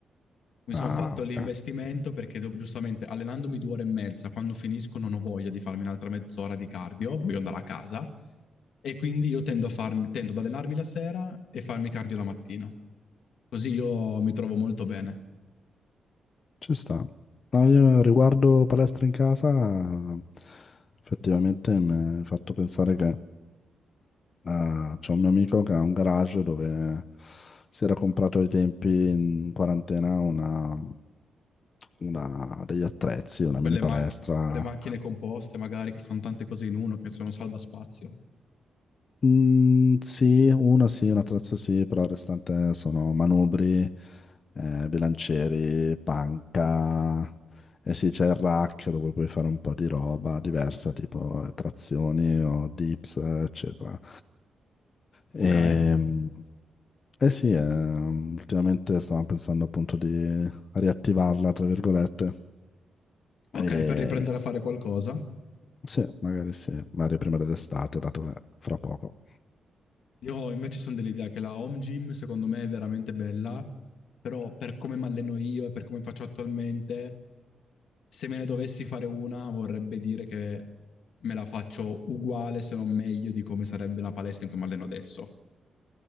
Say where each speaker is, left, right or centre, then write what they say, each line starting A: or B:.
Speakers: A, on the left; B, on the left.
A: Mi
B: Ah,
A: sono fatto
B: ok.
A: l'investimento perché do- giustamente allenandomi due ore e mezza, quando finisco non ho voglia di farmi un'altra mezz'ora di cardio, voglio andare a casa e quindi io tendo a farmi- tendo ad allenarmi la sera e farmi cardio la mattina. Così io mi trovo molto bene.
B: Ci sta. No, io riguardo palestra in casa, effettivamente mi hai fatto pensare che eh, c'è un mio amico che ha un garage dove si era comprato ai tempi in quarantena una, una- degli attrezzi, una mini
A: Quelle,
B: palestra
A: ma- quelle macchine composte magari che fanno tante cose in uno, che sono salvaspazio.
B: Mm, sì, una sì, una terza sì, però il restante sono manubri, eh, bilancieri, panca, e sì, c'è il rack dove puoi fare un po' di roba diversa, tipo eh, trazioni o dips, eh, eccetera. E,
A: Ok,
B: mm, eh sì, ehm, ultimamente stavamo pensando appunto di riattivarla, tra virgolette,
A: ok,
B: e
A: per riprendere a fare qualcosa.
B: sì, magari sì, magari prima dell'estate, dato che fra poco.
A: Io invece sono dell'idea che la home gym secondo me è veramente bella, però per come mi alleno io e per come faccio attualmente, se me ne dovessi fare una vorrebbe dire che me la faccio uguale se non meglio di come sarebbe la palestra in cui mi alleno adesso.